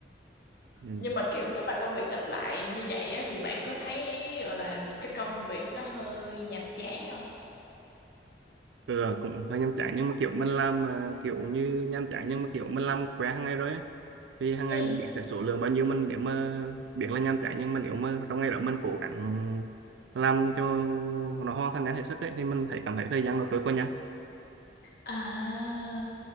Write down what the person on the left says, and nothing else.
Nhưng mà kiểu nếu mà công việc lặp lại như vậy á, thì bạn có thấy gọi là cái công việc nó hơi nhàm chán không?
Ừ.
À,